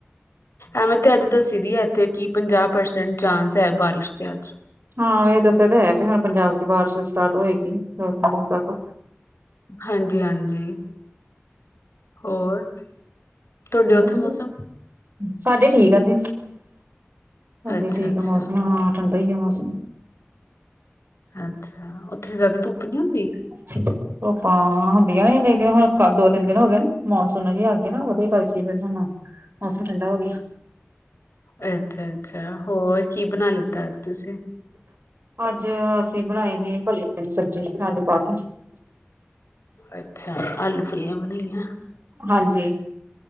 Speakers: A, on the left; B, on the right.
A: ਐਵੇਂ ਤੇ, ਅੱਜ ਦੱਸੀ ਦੀ ਹੈ। ਇੱਥੇ ਕਿ, ਪੰਜਾਹ ਪਰਸੈਂਟ ਚਾਂਸ ਹੈ, ਬਾਰਿਸ਼ ਦੇ ਅੱਜ।
B: ਹਾਂ, ਇਹ ਦੱਸਿਆ ਤਾਂ ਹੈ। ਕਿ ਹਾਂ ਪੰਜਾਬ ਚ ਬਾਰਿਸ਼ ਸਟਾਰਟ ਹੋਏਗੀ, ਦੋ- ਤਿੰਨ ਦਿਨ ਤੱਕ?
A: ਹਾਂਜੀ-ਹਾਂਜੀ ਹੋਰ! ਤੁਹਾਡੇ ਉੱਥੇ
B: ਵਧੀਆ,
A: ਮੌਸਮ?
B: ਸਾਡੇ ਠੀਕ ਆ ਜੀ। ਸਾਡੇ
A: ਅੱਛਾ
B: ਠੀਕ
A: ਅੱਛਾ
B: ਆ, ਮੌਸਮ ਹਾਂ ਠੰਡਾ ਹੀ ਹੈ ਮੌਸਮ।
A: ਅੱਛਾ! ਉੱਥੇ ਜਿਆਦਾ ਧੁੱਪ ਨਹੀਂ ਹੁੰਦੀ।
B: ੱ <unintelligible> ਰਾਂ ਹੁੰਦੀਆਂ ਨੇ ਲੇਕਿਨ ਹੁਣ ਦੋ ਤਿੰਨ ਦਿਨ ਹੋ ਗਏ ਨੇ ਮੌਨਸੂਨ ਜਿ ਆ ਗਈ ਨਾ ਉਹਦੇ ਕਰਚ ਫਿਰ ਸਾਨੂੰ <inaudible> ਮੌਸਮ ਠੰਡਾ ਹੋ ਗਿਆ।
A: ਅੱਛਾ- ਅੱਛਾ ਹੋਰ ਕੀ ਬਣਾ ਲਿੱਤਾ ਅਜ ਤੁਸੀਂ?
B: ਅੱਜ ਅਸੀਂ ਬਣਾਏ ਨੇ ਫਲਿਆਂ ਦੀ ਸਬਜ਼ੀ, ਆਲੂ ਪਾ ਕੇ।
A: ਅੱਛਾ, ਆਲੂ, ਫੁੱਲੀਆਂ ਬਣਾਈਆਂ।
B: ਹਾਂਜੀ